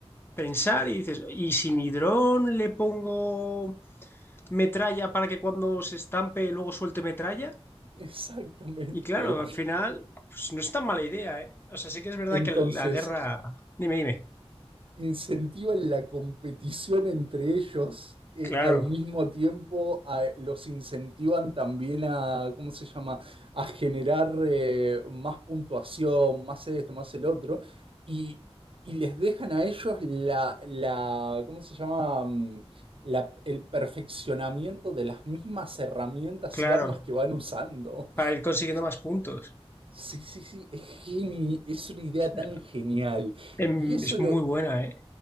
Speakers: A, on the left; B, on the right.
A: pensar y dices, ¿y si mi dron le pongo metralla para que cuando se estampe luego suelte metralla?
B: <laughs> Exactamente.
A: Y claro, al final, pues no es tan mala idea, ¿eh? O sea, sí que es verdad
B: Entonces,
A: que la guerra... Dime, dime.
B: incentivan la competición entre ellos, eh,
A: Claro,
B: al mismo tiempo a- los incentivan también a, ¿cómo se llama?, a generar eh, más puntuación, más esto, más el otro, y, y les dejan a ellos la, la, ¿cómo se llama?, Mm, la- el perfeccionamiento de las mismas herramientas
A: claro,
B: y armas que van usando.
A: para ir consiguiendo
B: Es-
A: más puntos.
B: Sí, sí, sí, es geni- es una idea
A: O sea,
B: tan genial.
A: em,
B: Y eso
A: es muy
B: lo,
A: buena, ¿eh?